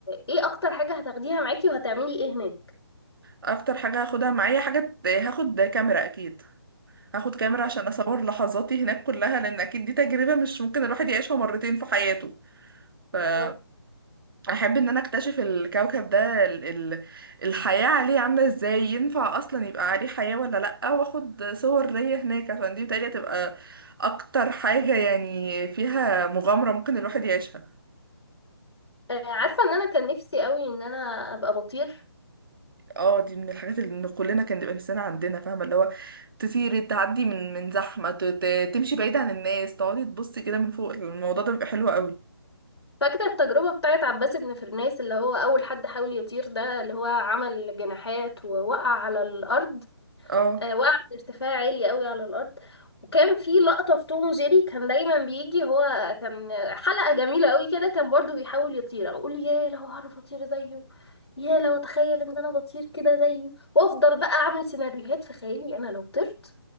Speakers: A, on the left; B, on the right.
A: ايه اكتر حاجة هتاخديها معاكي وهتعملي ايه هناك
B: اكتر حاجة هاخدها معايا حاجة هاخد كاميرا اكيد هاخد كاميرا
A: آه،
B: عشان اصور لحظاتي هناك كلها لان اكيد دي تجربة مش ممكن الواحد يعيشها مرتين في حياته فاحب
A: بالظبط
B: ان انا اكتشف الكوكب ده ال ال الحياة عليه عاملة ازاي ينفع اصلا يبقى عليه حياة ولا لأ واخد صور ليا هناك عشان دي بتهيألي هتبقى اكتر حاجة يعني فيها مغامرة ممكن الواحد يعيشها
A: أه عارفة ان انا كان نفسي قوي ان انا ابقى بطير
B: اه دي من الحاجات اللي إن كلنا كان بيبقى نفسنا عندنا فاهمه اللي هو تطيري تعدي من من زحمه ت- ت- تمشي بعيد عن الناس تقعدي تبصي كده من فوق الموضوع ده بيبقى حلو قوي
A: فاكرة التجربة بتاعت عباس بن فرناس اللي هو أول حد حاول يطير ده اللي هو عمل جناحات ووقع على الأرض
B: اه
A: آه وقع من ارتفاع عالي قوي على الأرض وكان في لقطة في توم وجيري كان دايما بيجي هو كان حلقة جميلة قوي كده كان برضو بيحاول يطير أقول يا لو هعرف أطير زيه يا لو أتخيل إن أنا بطير كده زيه وأفضل بقى أعمل سيناريوهات في خيالي أنا لو طرت